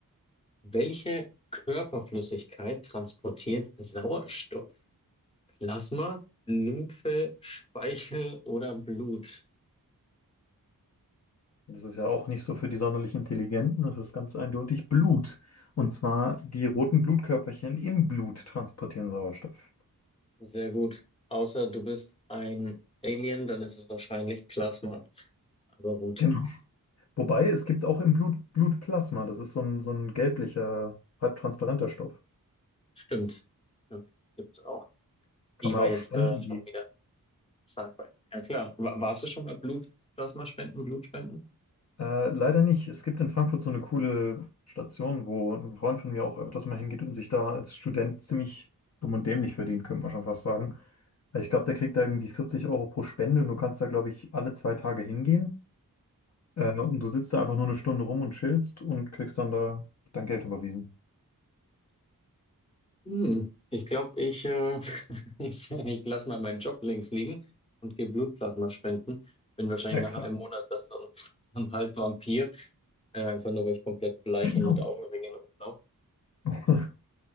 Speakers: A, on the left (about 15°); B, on the left (about 50°).
A: welche Körperflüssigkeit transportiert Sauerstoff? Plasma, Lymphe, Speichel oder Blut?
B: Das ist ja auch nicht so für die sonderlich Intelligenten. Das ist ganz eindeutig Blut. Und zwar die roten Blutkörperchen im Blut transportieren Sauerstoff.
A: Sehr gut. Außer du bist ein Alien, dann ist es wahrscheinlich Plasma. Aber gut,
B: Genau. Wobei es gibt auch im Blut Blutplasma. Das ist so ein, so ein gelblicher, halb transparenter Stoff.
A: stimmt. Stimmt. Gibt's auch. Ich
B: Kann man
A: war
B: auch
A: jetzt
B: spenden
A: äh, schon
B: gehen.
A: wieder Sci-Fi. Ja klar. Wa- warst du schon mal Blutplasma spenden, Blutspenden?
B: Äh, leider nicht. Es gibt in Frankfurt so eine coole Station, wo ein Freund von mir auch öfters mal hingeht und sich da als Student ziemlich dumm und dämlich verdient, könnte man schon fast sagen. Also ich glaube, der kriegt da irgendwie 40 Euro pro Spende und du kannst da, glaube ich, alle zwei Tage hingehen. Äh, und du sitzt da einfach nur eine Stunde rum und chillst und kriegst dann da dein Geld überwiesen.
A: Hm. Ich glaube, ich, äh, <laughs> ich, ich lasse mal meinen Job links liegen und gehe Blutplasma spenden. Bin wahrscheinlich
B: Exakt.
A: nach einem Monat dann so ein, <laughs> so ein Halbvampir. Äh, einfach nur, weil ich komplett bleich
B: Genau.
A: und mit Augenringen rumlaufe.
B: <laughs>